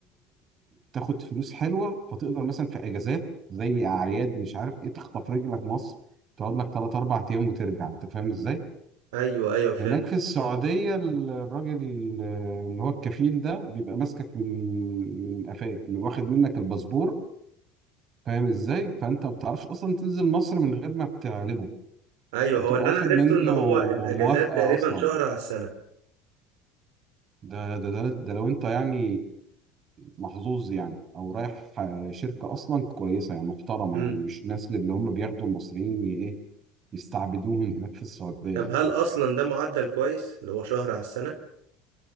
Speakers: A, on the right; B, on the right.
A: تاخد فلوس حلوه فتقدر مثلا في اجازات زي اعياد مش عارف ايه تخطف رجلك مصر تقعد لك ثلاث اربع ايام وترجع انت فاهم ازاي؟
B: ايوه ايوه فهمت
A: هناك في السعوديه ال- الراجل ال- اللي هو الكفيل ده بيبقى ماسكك من من قفاك من- واخد منك الباسبور فاهم ازاي؟ فانت ما بتعرفش اصلا تنزل مصر من غير ما بتعلمه
B: ايوه
A: بتبقى
B: هو اللي
A: واخد
B: انا
A: منه
B: عرفته ان هو الاجازات
A: موافقه
B: تقريبا
A: اصلا
B: شهر على السنة
A: ده ده ده ده لو انت يعني محظوظ يعني او رايح شركه اصلا كويسه يعني محترمه
B: امم
A: يعني مش الناس اللي هم بياخدوا المصريين ي- ايه يستعبدوهم هناك في السعوديه
B: طب هل اصلا ده معدل كويس اللي هو شهر على السنة